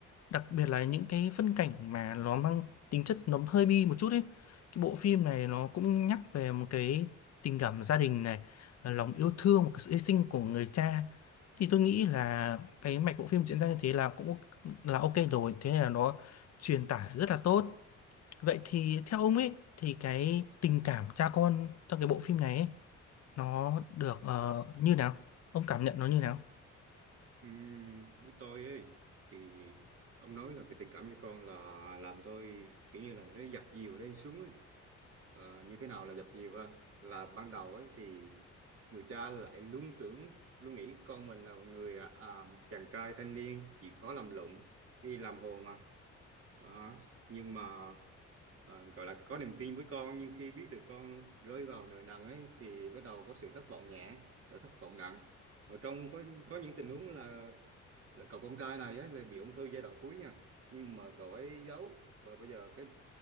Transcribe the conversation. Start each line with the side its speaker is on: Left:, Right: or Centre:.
Left: đặc biệt là những cái phân cảnh mà nó mang tính chất nó hơi bi một chút ấy cái bộ phim này nó cũng nhắc về một cái tình cảm gia đình này à, lòng yêu thương và cái sự hy sinh của người cha thì tôi nghĩ là cái mạch bộ phim diễn ra như thế là cũng ok, là ok rồi thế nên là nó truyền tải rất là tốt vậy thì theo ông ấy thì cái tình cảm cha con trong cái bộ phim này ấy, nó được ờ, như nào ông cảm nhận nó như nào
Right: Ừm, với tôi ấy thì ông nói là cái tình cảm cho con là làm tôi kiểu như là nó dập dìu lên xuống ấy Ờ, như thế nào là dập dìu ha là ban đầu ấy thì người cha lại luôn tưởng luôn nghĩ con mình là một người à, à, một chàng trai thanh niên chỉ có làm lụm đi làm hồ mà Đó, nhưng mà à, gọi là có niềm tin với con nhưng khi biết được con rơi vào nợ nần ấy thì bắt đầu có sự thất vọng nhẹ rồi thất vọng nặng ở trong có có những tình huống là, là cậu con trai này ấy, là bị ung thư giai đoạn cuối nha nhưng mà cậu ấy giấu và bây giờ cái